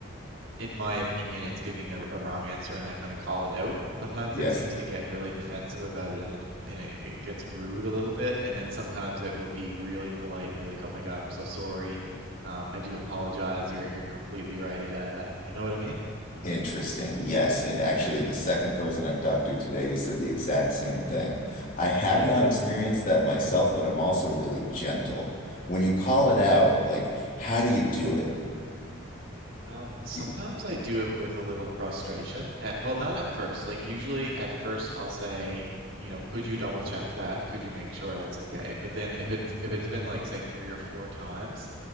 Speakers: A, on the right; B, on the left.
A: in my opinion, it's giving a, a wrong answer and I kind of call it out. Sometimes
B: Yes.
A: it seems to get really defensive about it and it, and it, it gets rude a little bit. And then sometimes it will be really polite and be like, "Oh my God, I'm so sorry. Um, I do apologize. You're you're completely right. I, I you know what I mean?
B: Interesting. Yes. And actually,
A: Yeah,
B: you're the second person I've talked to today who said the exact same thing. I have
A: yeah.
B: not experienced that myself, but I'm also really gentle. When you call it out,
A: Okay.
B: like, how do you do it?
A: Um, sometimes
B: Do-
A: I do it with a little frustration. At, well, not at first. Like usually at first I'll say, you know, could you double check that? Could you make sure that's okay? But then if it's if it's been like say three or four times,